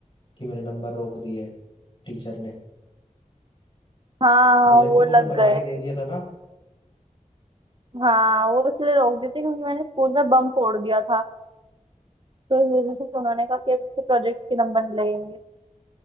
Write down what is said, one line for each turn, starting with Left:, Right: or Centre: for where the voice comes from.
Left: कि मेरे नंबर रोक दिए टीचर ने
Right: हाँ
Left: प्रोजेक्ट
Right: वो
Left: तो तूने
Right: लग
Left: बना
Right: गए
Left: के दे दिया था ना
Right: हाँ वो इसलिए रोक दी थी क्योंकि मैंने स्कूल में बम फोड़ दिया था तो इस वजह से उन्होंने कहा कि अब इसके प्रोजेक्ट के नंबर नहीं लगेंगे